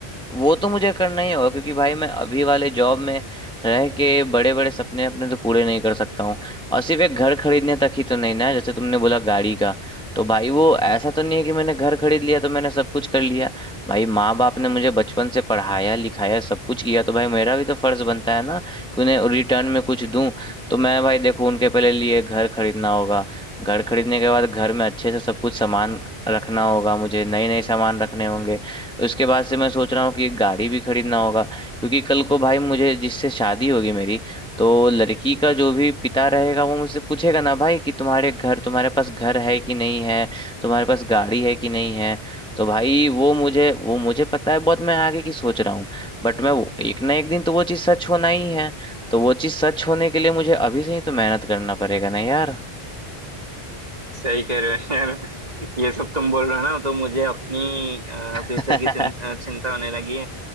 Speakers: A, in the centre; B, on the right (about 40°).
A: वो तो मुझे करना ही होगा क्योंकि भाई मैं अभी वाले जॉब में रह के बड़े बड़े सपने अपने तो पूरे नहीं कर सकता हूँ और सिर्फ एक घर खरीदने तक ही तो नहीं ना जैसे तुमने बोला गाड़ी का तो भाई वो ऐसा तो नहीं है कि मैंने घर खरीद लिया तो मैंने सब कुछ कर लिया भाई माँ बाप ने मुझे बचपन से पढ़ाया लिखाया सब कुछ किया तो भाई मेरा भी तो फर्ज बनता है ना कि उन्हें रिटर्न में कुछ दूं तो मैं भाई देखो उनके पहले लिए घर खरीदना होगा घर खरीदने के बाद घर में अच्छे से सब कुछ सामान रखना होगा मुझे नए नए सामान रखने होंगे उसके बाद से मैं सोच रहा हूँ कि एक गाड़ी भी खरीदना होगा क्योंकि कल को भाई मुझे जिससे शादी होगी मेरी तो लड़की का जो भी पिता रहेगा वो मुझसे पूछेगा ना भाई कि तुम्हारे घर तुम्हारे पास घर है कि नहीं है तुम्हारे पास गाड़ी है कि नहीं है तो भाई वो मुझे वो मुझे पता है बहुत मैं आगे की सोच रहा हूँ बट मैं वो- एक ना एक दिन तो वो चीज़ सच होना ही है तो वो चीज़ सच होने के लिए मुझे अभी से ही तो मेहनत करना पड़ेगा ना यार
B: सही कह रहे हो यार <laughs> ये सब तुम बोल रहे हो ना तो मुझे अपनी फ्यूचर
A: <laughs> हम्म
B: की चिं- अ, चिंता होने लगी